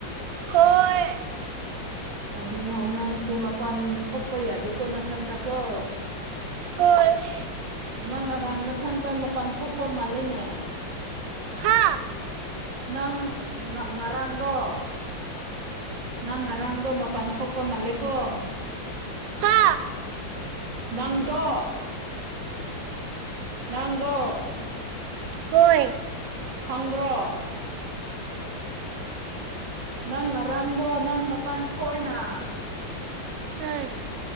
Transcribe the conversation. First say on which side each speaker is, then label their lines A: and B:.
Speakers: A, on the right (about 80°); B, on the right (about 60°).
A: ꯍꯣꯏ
B: ꯑꯗꯨꯅ ꯅꯥꯡꯁꯦ ꯃꯄꯥꯟ ꯊꯣꯛꯄ ꯌꯥꯗꯦꯀꯣ ꯅꯊꯟꯇꯀꯣ
A: ꯍꯣꯏ
B: ꯅꯪ ꯉꯔꯥꯡ ꯅꯊꯟꯗ ꯃꯄꯥꯟ ꯊꯣꯛꯄ ꯃꯥꯜꯂꯦꯅꯦ
A: ꯍꯥ
B: ꯅꯪ ꯉꯔꯥꯡꯗꯣ ꯅꯪ ꯉꯔꯥꯡꯗꯣ ꯃꯄꯜ ꯊꯣꯛꯄ ꯃꯥꯜꯂꯦꯀꯣ
A: ꯍꯥ
B: ꯅꯪꯗꯣ ꯅꯪꯗꯣ
A: ꯑꯣꯏꯣꯏ
B: ꯈꯪꯕ꯭ꯔꯣ ꯅꯪ ꯉꯔꯥꯡꯗꯣ ꯅꯪ ꯃꯄꯥꯟ ꯊꯣꯛꯏꯅ
A: ꯍ